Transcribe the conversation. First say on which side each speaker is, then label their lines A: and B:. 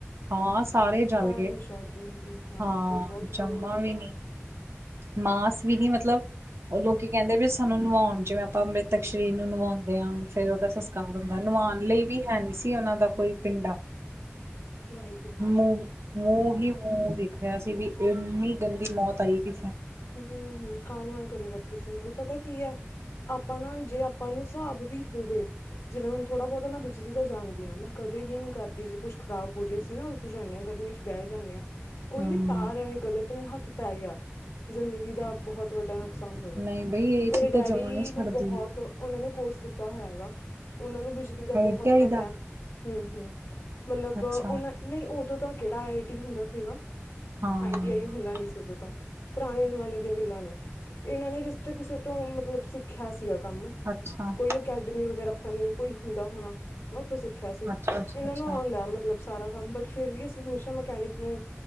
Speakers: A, on the right (about 65°); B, on the left (about 80°).
A: ਹਾਂ ਸਾਰੇ ਹੀ ਜਲ
B: ਤਾਰ
A: ਗਏ,
B: ਨੀ ਛੱਡਦੀ ਹੁੰਦੀ ਨਾ
A: ਹਾਂ
B: ਨਾ ਤਾਂ ਬਹੁਤ
A: ਜੰਮਾ
B: ਕੰਮ ਗ਼ਲਤ
A: ਵੀ
B: ਆ
A: ਨੀ। ਮਾਸ ਵੀ ਨੀ ਮਤਲਬ, ਉਹ ਲੋਕੀ ਕਹਿੰਦੇ ਵੀ- ਸਾਨੂੰ ਨਵਾਉਣ ਜਿਵੇਂ ਆਪਾਂ ਮ੍ਰਿਤਕ ਸਰੀ ਨੂੰ ਨਵਾਉਂਦੇ ਹਾਂ ਫੇਰ ਉਹਦਾ ਸੰਸਕਾਰ ਹੁੰਦਾ ਨਵਾਉਣ ਲਈ ਵੀ ਹੈ ਨਹੀਂ ਸੀ। ਉਹਨਾਂ ਦਾ ਕੋਈ ਪਿੰਡਾ,
B: ਵਾਹਿਗੁਰੂ
A: ਮ ਮੂੰਹ
B: ਹੂੰ ਹੂੰ
A: ਹੀ ਮੂੰਹ ਓਦਿੱ। ਹੋਆ ਸੀ ਵੀ ਇੰਨੀ ਗੰਦੀ ਮੌਤ ਆਈ ਕਿ-
B: ਹੂੰ -ਹੂੰ ਕਾਲ ਨੂੰ ਨਾ ਕਰੇ ਰੱਬ ਕੀਸੇ ਨੂੰ, ਪਤਾ ਕੀ ਹੈ। ਆਪਾਂ ਨਾ ਜੇ ਆਪਾਂ ਨੂੰ ਹਿਸਾਬ ਵੀ ਹੋਵੇ। ਜਿਵੇਂ ਹੁਣ ਥੋੜਾ ਬਹੁਤਾ ਮੈਂ ਬਿਜਲੀ ਦਾ ਜਾਂਦੀ ਹਾਂ ਮੈਂ ਕਦੇ ਵੀ ਨੀ ਕਰਦੀ ਜੇ ਕੁੱਛ ਖਰਾਬ ਹੋ ਜਾਹੇ ਸੀ ਨਾ। ਕੁਛ ਹੁੰਦੇ ਹਾਂ ਗਰਮੀ ਚ ਬਹਿ ਜਾਂਦੇ ਹਾਂ, ਕੋਈ
A: ਹਮ
B: ਵੀ ਤਾਰ ਐਵੇਂ ਗਲਤ ਨੂੰ ਹੱਥ ਪੈ ਗਿਆ। ਜ਼ਿੰਦਗੀ ਦਾ ਬਹੋਤ ਵੱਡਾ ਨੁਕਸਾਨ ਹੋ ਜਾਂਦਾ,
A: ਨਹੀਂ ਬਈ ਇਹ
B: ਮੇਰੇ
A: ਚੀਜ਼
B: ਡੈਡੀ
A: ਤਾਂ ਜਮਾ ਨੀ ਛੱਡਦੀ
B: ਨੂੰ ਬਹੋਤ। ਉਹਨਾਂ ਨੇ ਕੋਰਸ ਕੀਤਾ ਹੋਇਆ ਦਾ, ਉਹਨਾਂ ਨੂੰ ਬਿਜਲੀ ਦਾ
A: ਆਈ
B: ਬਹੁਤ
A: ਟੀ ਆਈ
B: ਪਤਾ,
A: ਦਾ
B: ਹੂੰ -ਹੂੰ। ਮੈਨੂੰ ਲੱਗਦਾ
A: ਅੱਛਾ
B: ਉਹਨਾ ਨਹੀਂ ਓਦੋਂ ਤਾਂ ਕਿਹੜਾ ਆਈ ਟੀ ਹੁੰਦਾ ਸੀਗਾ।
A: ਹਾਂ
B: ਆਈ ਟੀ ਹੁੰਦਾ ਨੀ ਸੀ ਓਦਾਂ ਤਾਂ। ਪੁਰਾਣੇ ਜ਼ਮਾਨੇ ਦੀਆਂ ਗੱਲਾਂ ਨੇ, ਇਹਨਾਂ ਨੇ ਜਿਸ ਤਰਾਂ ਕਿਸੇ ਤੋਂ ਮਤਲਬ ਸਿੱਖਿਆ ਸੀਗਾ ਕੰਮ।
A: ਅੱਛਾ।
B: ਕੋਈ ਅਕੈਡਮੀ ਵਗੈਰਾ ਪਤਾ ਨੀ ਉਹ ਕੋਈ ਹੁੰਦਾ ਹੋਣਾ, ਤੋ ਉੱਥੋਂ ਸਿੱਖਿਆ ਸੀ,
A: ਅੱਛਾ ਅੱਛਾ
B: ਇਹਨਾਂ
A: ਅੱਛਾ
B: ਨੂੰ ਆਉਂਦਾ ਮਤਲਬ। ਸਾਰਾ ਕੰਮ ਬਟ ਫੇਰ ਵੀ ਅਸੀਂ ਹਮੇਸ਼ਾ ਮਕੈਨਿਕ ਨੂੰ